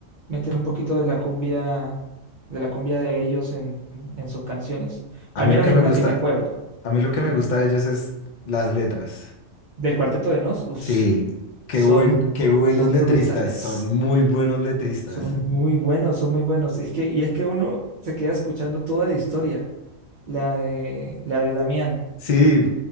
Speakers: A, on the right; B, on the left.
A: meten un poquito de la cumbia, de la cumbia de ellos en, en sus canciones,
B: A
A: al
B: mí
A: menos
B: lo que
A: en
B: me
A: una
B: gusta,
A: que me acuerdo,
B: a mí lo que me gusta de ellos es las letras.
A: del Cuarteto de Nos, uf,
B: Sí, qué
A: son,
B: buen, qué buenos
A: son
B: letristas,
A: brutales.
B: son muy buenos letristas.
A: Son muy buenos, son muy buenos. Es que, y es que uno se queda escuchando toda la historia, la de, la de Damián.
B: Sí,